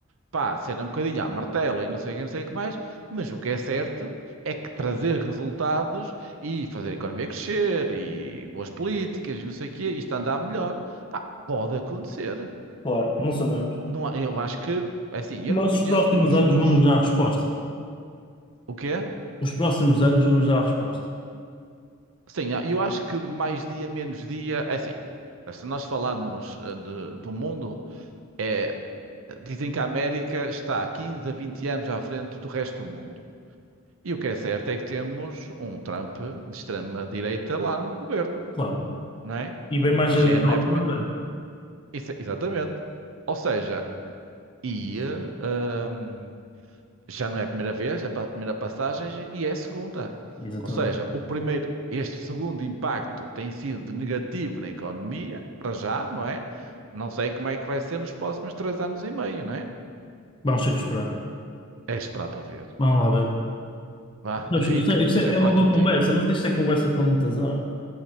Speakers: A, on the right; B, on the left.
A: pá, será um bocadinho à martela e não sei o que, não sei o que mais, mas o que é certo é que trazer resultados e fazer a economia crescer e boas políticas e não sei o quê, isto andar melhor, pá, pode acontecer.
B: Claro, não sabemos.
A: Não, há- eu acho que, é assim, eu
B: Mas
A: não conheço
B: os próximos
A: os,
B: anos
A: os,
B: vão nos dar a resposta.
A: o quê?
B: Os próximos anos vão nos dar a resposta.
A: Sim, eu acho que mais dia, menos dia, é assim, se nós falarmos eh, de- do mundo, é, dizem que a América está há 15 a 20 anos à frente do resto do mundo. E o que é certo é que temos um Trump de extrema-direita lá no governo,
B: Claro,
A: não é?
B: E bem mais
A: E
B: radical
A: já é, não é a primeira.
B: que o André.
A: Isso- Exatamente. Ou seja, e, eh, hum, já não é a primeira vez, é a primeira passagem e é a segunda.
B: Exatamente.
A: Ou seja, o primeiro, este segundo impacto tem sido negativo na economia, para já, não é? Não sei como é que vai ser nos próximos três anos e meio, não é?
B: Vamos ter que esperar.
A: É esperar para ver.
B: Vamos lá ver.
A: Vá,
B: Mas
A: Henrique,
B: Isto é, isto
A: gostei
B: é é
A: de falar
B: uma boa
A: contigo.
B: conversa,
A: pá.
B: mas isto é conversa para muitas horas.